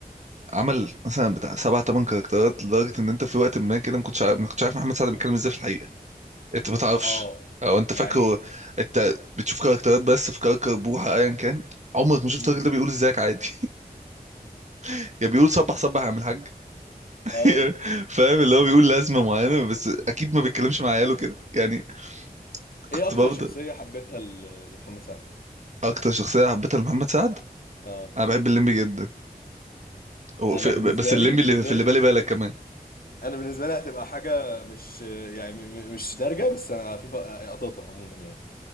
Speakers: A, on the right; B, on the left.
A: عمل مثلا بتاع سبع تمن كاركترات لدرجه ان انت في وقت ما كده ما كنتش عارف ما كنتش عارف محمد سعد بيتكلم ازاي في الحقيقه انت ما تعرفش
B: اه
A: او انت
B: يعني
A: فاكره انت بتشوف كاركترات بس في كركر بوحه ايا كان عمرك ما شفت
B: امم
A: الراجل ده بيقول ازيك عادي <laughs> يا بيقول صبح صبح يا عم الحاج <laughs>
B: اه
A: فاهم اللي هو بيقول لازمه معينه بس اكيد ما بيتكلمش مع عياله كده يعني كنت
B: ايه اكتر
A: بفضل
B: شخصيه حبيتها ل- لمحمد سعد
A: اكتر شخصيه حبيتها لمحمد سعد
B: اه
A: انا بحب الليمبي جدا وفي-
B: انا بالنسبه
A: بس الليمبي
B: لي بالنسبه
A: اللي في اللي
B: لي
A: بالي بالك كمان
B: انا بالنسبه لي هتبقى حاجه مش يعني م- م- مش دارجه بس انا في ف- آه، قطاطه عموما يعني